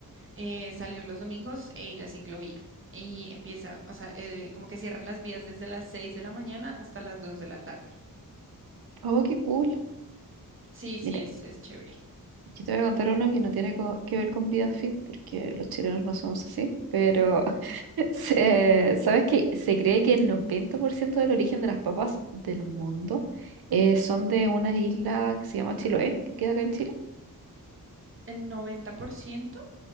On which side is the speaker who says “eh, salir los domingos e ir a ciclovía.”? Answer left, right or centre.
Right